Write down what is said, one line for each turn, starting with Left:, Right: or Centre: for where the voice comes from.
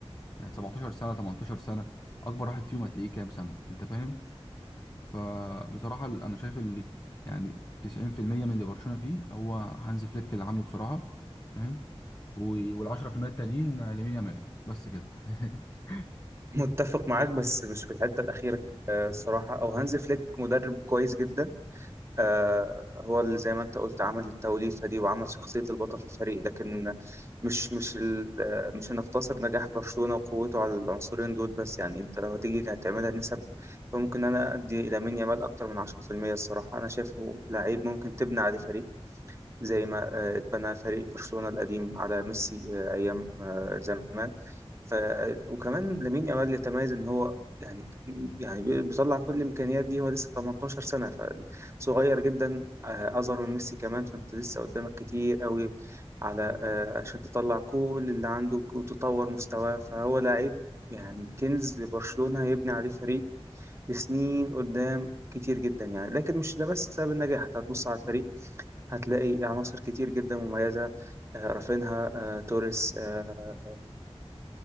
Left: يعني 17 سنه 18 سنه اكبر واحد فيهم هتلاقيه كام سنه انت فاهم فبصراحة ال- أنا شايف اللي يعني 90% من اللي برشلونة فيه هو هانز فليك اللي عامله بصراحة فاهم و- وال10% التانيين آه، لامين يامال بس كده <laughs>
Right: متفق معاك بس مش في الحتة الأخيرة آه، الصراحة أو هانز فليك مدرب كويس جدا آه، هو اللي زي ما انت قلت عمل التوليفة دي وعمل شخصية البطل في الفريق لكن مش مش ال- آه، مش هنقتصر نجاح برشلونة وقوته على العنصرين دول بس يعني انت لو هتيجي هتعملها نسب فممكن انا ادي لامين يامال اكتر من 10% الصراحة انا شايفه لعيب ممكن تبني عليه فريق زي ما آه، اتبنى فريق برشلونة القديم على ميسي آه، ايام آه، زمان ف... وكمان لامين يامال يتميز ان هو يعني يعني بي- بيطلع كل الامكانيات دي هو لسه 18 سنه فصغير جدا آه، اصغر من ميسي كمان فانت لسه قدامك كتير قوي على آه، عشان تطلع كل اللي عندك وتطور مستواه فهو لاعب يعني كنز لبرشلونه هيبني عليه فريق لسنين قدام كتير جدا يعني لكن مش ده بس سبب النجاح انت هتبص على الفريق هتلاقي عناصر كتير جدا مميزه آه، رافينها آه، توريس آه،